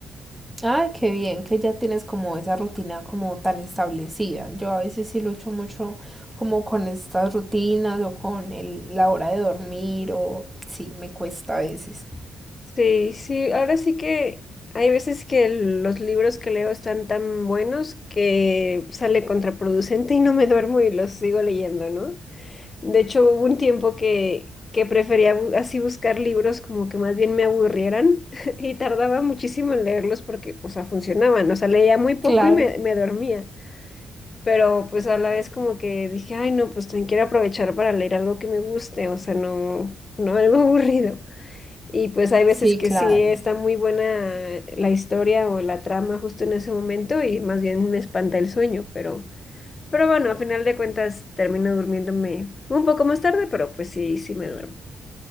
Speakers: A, in the centre; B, on the left.
A: Ay, qué bien que ya tienes como esa rutina como tan establecida. Yo a veces sí lucho mucho como con estas rutinas o con el- la hora de dormir o sí, me cuesta a veces.
B: Sí, sí, ahora sí que hay veces que el- los libros que leo están tan buenos que sale contraproducente y no me duermo y los sigo leyendo, ¿no? De hecho, hubo un tiempo que, que prefería bu- así buscar libros como que más bien me aburrieran <laughs> y tardaba muchísimo en leerlos porque, o sea, funcionaban, o sea, leía muy poco
A: Claro.
B: y me, me dormía, pero pues a la vez como que dije, ay, no, pues también quiero aprovechar para leer algo que me guste, o sea, no, no algo <laughs> aburrido. Y pues hay veces
A: Sí,
B: que
A: claro.
B: sí está muy buena la historia o la trama justo en ese momento y más bien me espanta el sueño, pero... Pero bueno, a final de cuentas termino durmiéndome un poco más tarde, pero pues sí, sí me duermo.